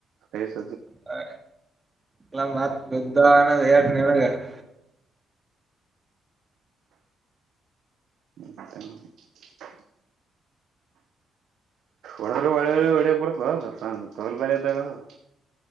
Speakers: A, on the right; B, on the right.
A: ಹೇ. <unintelligible>
B: ಹ, ಎಲ್ಲ ಮತ್ ಬಿದ್ದ, ಹೆಟ್ಟು, ನಿನಗೆ. <inaudible>
A: ಮತ್ತೇನು. <unintelligible> ಒಡರು, ಒ, ಒಡರು, ಹೊಡೆಯಕ್ಕೆ, ಬರುತ್ತಾ. ಕಾಲುಬಾಡಿಯ್ತವು. <unintelligible>